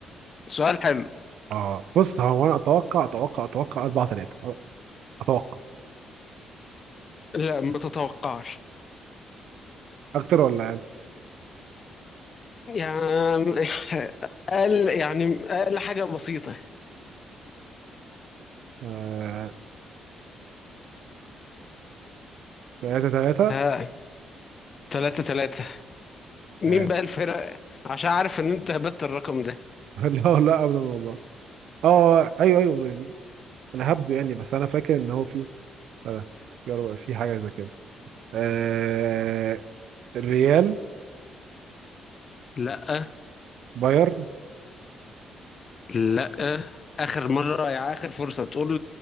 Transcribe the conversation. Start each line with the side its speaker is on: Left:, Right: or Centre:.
Left: سؤال حلو
Right: اه بص هو انا اتوقع اتوقع اتوقع 4 3 اتوقع
Left: لا ما تتوقعش
Right: اكتر ولا اقل؟
Left: يعني أقل يعني أقل حاجة بسيطة
Right: آه... 3 3
Left: ها تلاتة تلاتة مين
Right: اقل
Left: بقى الفرق عشان عارف إن أنت هبت الرقم ده
Right: <laughs> لا لا ابدا والله اه ايوه ايوه انا هبدو يعني بس انا فاكر ان هو في لا يا رب في حاجه زي كده آه... الريال
Left: لأ
Right: بايرن
Left: لأ آخر مرة يا آخر فرصة تقول